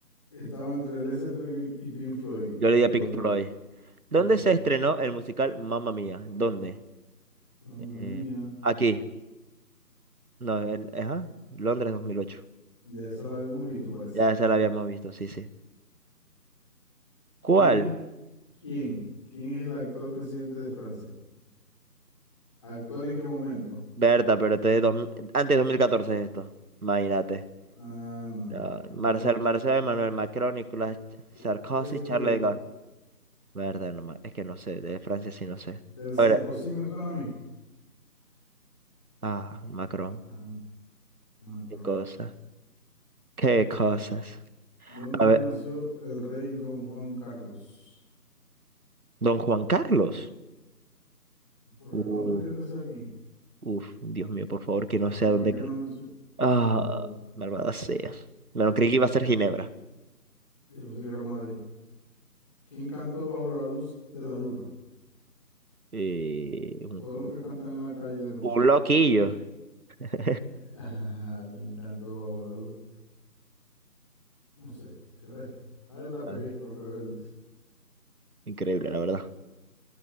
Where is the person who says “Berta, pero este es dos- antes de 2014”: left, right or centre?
Right